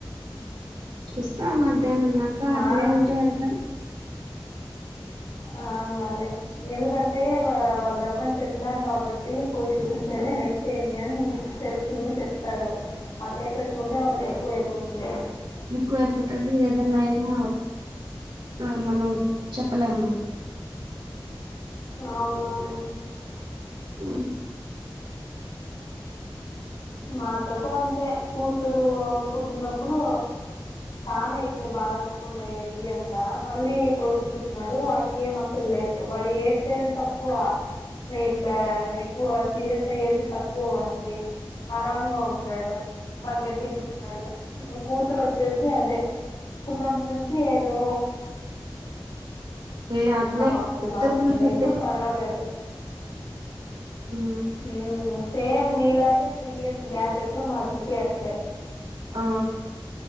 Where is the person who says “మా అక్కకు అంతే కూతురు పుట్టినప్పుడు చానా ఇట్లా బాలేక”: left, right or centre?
Left